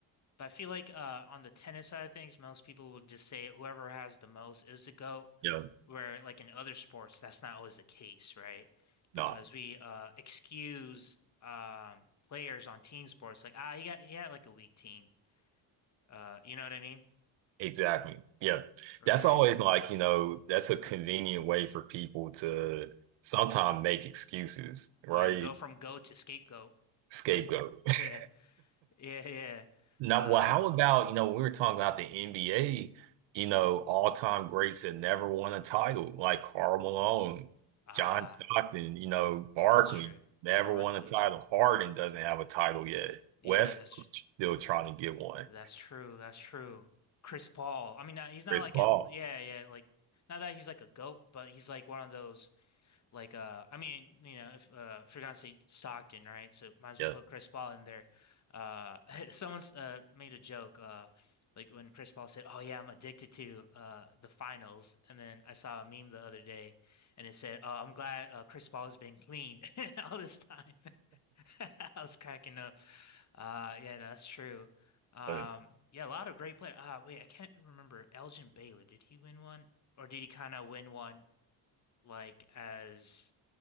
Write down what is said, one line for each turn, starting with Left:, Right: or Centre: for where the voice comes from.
Left: but I feel like uh on the tennis side of things, most people would just say whoever has the most is the GOAT,
Right: yeah,
Left: where like in other sports, that's not always the case, right? Because
Right: no,
Left: we uh excuse um players on team sports like ah he got he had like a weak team. Uh you know what I mean?
Right: exactly. Yeah,
Left: Right.
Right: that's always like, you know, that's a convenient way for people to sometimes make excuses, right?
Left: Yeah, go from GOAT to scapegoat.
Right: Scapegoat.
Left: <laughs>
Right: <laughs>
Left: Yeah, yeah, yeah.
Right: Now,
Left: Uh
Right: well, how about, you know, we were talking about the NBA, you know, all-time greats that never won a title, like Karl Malone,
Left: ah,
Right: John Stockton, you know, Barkley
Left: that's true.
Right: never
Left: Barkley.
Right: won a title. Harden doesn't have a title yet.
Left: Yeah,
Right: Westbrook's
Left: that's
Right: still trying to get one.
Left: That's true. That's true. Chris Paul. I mean, not, he's not
Right: Chris
Left: like
Right: Paul,
Left: a yeah, yeah, like not that he's like a goat, but he's like one of those like uh I mean, you know, if uh if you're gonna say Stockton, right? So might as
Right: yeah.
Left: well put Chris Paul in there. Uh <laughs> someone's uh made a joke uh like when Chris Paul said, "Oh yeah, I'm addicted to uh the finals." And then I saw a meme the other day and it said, "Oh, I'm glad uh, Chris Paul has been clean <laughs> all this time." <laughs> I was cracking up. Uh, yeah, no, that's true. Um,
Right: But,
Left: yeah, a lot of great players. Uh, wait, I can't remember. Elgin Baylor, did he win one? Or did he kind of win one like as